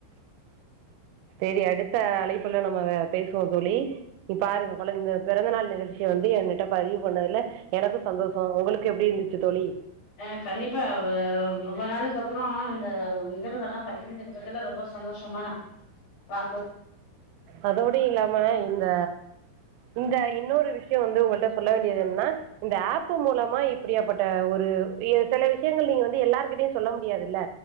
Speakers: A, on the right; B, on the left.
A: சேரி அடுத்த அழைப்புல நம்ம வ பேசுவோ தோழி பாருங்க கொழந் பிறந்த நாள் நிகழ்ச்சிய வந்து எங்கிட்ட பதிவு பண்ணதுல எனக்கு சந்தோஷோ உங்களுக்கு எப்டி இருந்துச்சு தோழி
B: அ கண்டிப்பா அவ்வு ரொம்ப நாளுக்கு அப் புறோ இந்த நிகழ்வுகள்லா பகிர்ந்துகிட்டதுல ரொம்ப சந்தோஷமா நா பாக்ற
A: அதோடயு இல்லாம இந்த இந்த இன்னொரு விஷ்யோ வந்து உன்கிட்ட சொல்ல வேண்டியது என்னன்னா இந்த ஆப்பு மூலமா இப்படியாப்பட்ட ஒரு எஹ் செல விஷயங்கள் நீங்க வந்து எல்லாருகிட்டயு சொல்ல முடியாதுல்ல